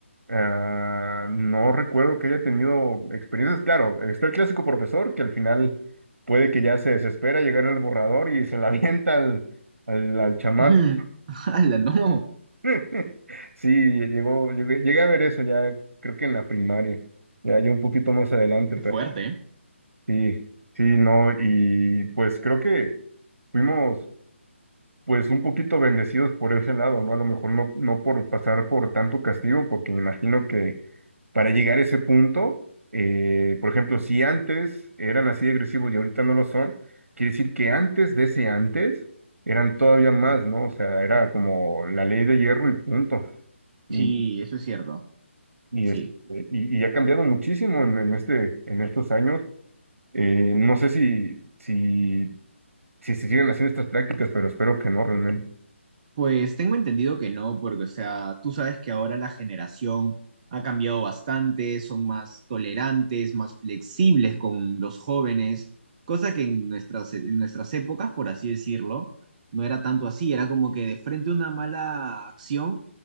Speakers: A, on the right; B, on the right.
A: ah, no recuerdo que haya tenido experiencias, claro, está el clásico profesor que al final puede que ya se desespera llegar al borrador y se la <laughs> avienta al, al, al chamaco.
B: Ujú. <laughs> ¡Hala, no!
A: <laughs> Sí, lle- llegó, llegué, llegué a ver eso ya, creo que en la primaria, ya, ya un poquito más adelante,
B: Qué fuerte. ¿eh?
A: Sí, sí, no, y pues creo que fuimos pues un poquito bendecidos por ese lado, ¿no? A lo mejor no, no por pasar por tanto castigo, porque me imagino que para llegar a ese punto, eh, por ejemplo, si antes eran así de agresivos y ahorita no lo son, quiere decir que antes de ese antes eran todavía más, ¿no? O sea, era como la ley de hierro y punto. Y,
B: Sí, eso es cierto.
A: y,
B: Sí.
A: este, y, y ha cambiado muchísimo en, en este, en estos años. Eh, no sé si, si si se siguen haciendo estas prácticas, pero espero que no realmente.
B: Pues tengo entendido que no, porque, o sea, tú sabes que ahora la generación ha cambiado bastante, son más tolerantes, más flexibles con los jóvenes, cosa que en nuestras, en nuestras épocas, por así decirlo, no era tanto así, era como que de frente a una mala acción,